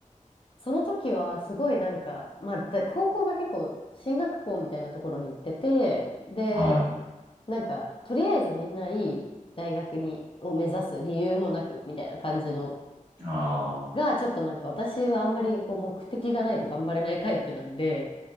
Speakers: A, on the left; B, on the right.
A: その時はすごいなんか、まあ、だ高校が結構進学校みたいなところに行ってて、で、
B: は
A: なんか、とりあえずみんないい大学に、を目指す理由もなく、みたいな感じの、
B: い。ああ、
A: が、ちょっとなんか私はあんまりこう目的がないと頑張れないタイプなんで、